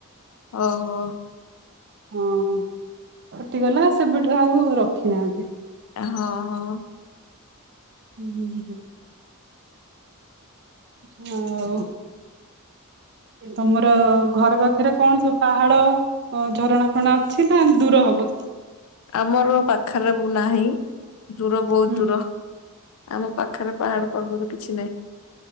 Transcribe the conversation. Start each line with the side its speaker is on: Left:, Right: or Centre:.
Left: ଓ ହୋ।
Right: ହଁ କଟିଗଲା ସେବେଠୁ ଆଉ ରଖିନାହାନ୍ତି।
Left: ଆ ହଁ ହଁ
Right: ହୁଁ ହୁଁ ହୁଁ ହୁଁ ଆଉ ତମର ଘର ପାଖରେ କଣ ସବୁ ପାହାଡ ଝରଣା ଫରଣା ଅଛି ନା। ଦୂର ହବ
Left: ଆମର ପାଖରେ-ବୁ ନାହିଁ ଦୂର ବହୁତ
Right: ହୁଁ
Left: ଦୂର ଆମ ପାଖରେ ପାହାଡ ପର୍ବତ କିଛି ନାହିଁ।